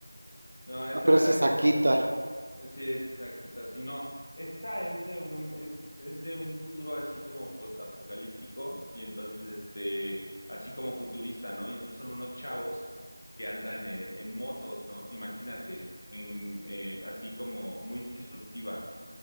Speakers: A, on the left; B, on the right.
A: No, esa
B: Ah, pero esa es
A: es.
B: Akita,
A: Sí, es exactita, si no, esta es de un, es, es de un futuro así como postapocalíptico, y entonces este, así como futurista, ¿no? Y entonces son unos chavos que andan en, en motos, ¿no? Imagínate, en eh, así como muy disruptiva.